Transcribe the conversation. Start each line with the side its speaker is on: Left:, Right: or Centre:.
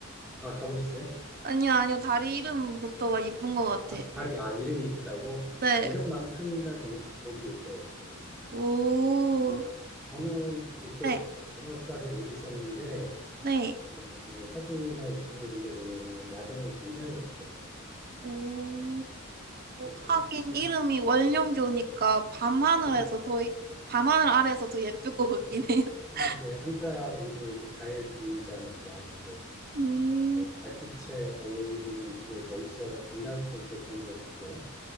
Centre: 아, 가보셨어요?
Right: 아니요, 아니요, 다리 이름부터가 예쁜 것 같아요.
Centre: 아, 다리, 아, 이름이 이쁘다고?
Right: 네,
Centre: 이름만큼이나 경복이 예뻐요, 되게.
Right: 오,
Centre: 어, 저는 그때
Right: 네,
Centre: 저녁까지 못 있었는데,
Right: 네,
Centre: 어, 뭐 사진이나 유튜브 이런 데 보면은 야경이 굉장히 예쁘더라고요.
Right: 오.
Centre: 그것도
Right: 하긴
Centre: 좀 추천드립니다.
Right: 이름이 원룡교니까 밤하늘에서
Centre: 그렇죠.
Right: 더, 밤하늘 아래서 더 예쁠 것 같긴
Centre: 음.
Right: 해요. <laughs>
Centre: 그리고 이제 한자 이름이 그 달 그림자니까, 이제,
Right: 음,
Centre: 뭐, 달빛에 어울리는 그게 멋있어, 옛날부터 그랬던 것 같고,